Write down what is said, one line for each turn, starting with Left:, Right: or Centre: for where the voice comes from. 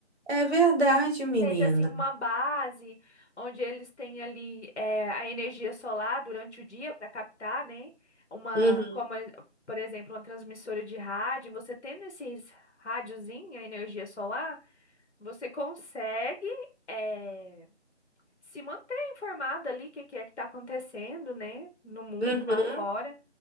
Right: é verdade, menina.
Left: seja assim uma base onde eles têm ali eh, a energia solar durante o dia para captar, né? Uma,
Right: Uhum,
Left: como eh, por exemplo, uma transmissora de rádio, você tendo esses rádiozinho, a energia solar, você consegue eh, se manter informado ali o que, que é que está acontecendo, né? No mundo
Right: uhum.
Left: lá fora.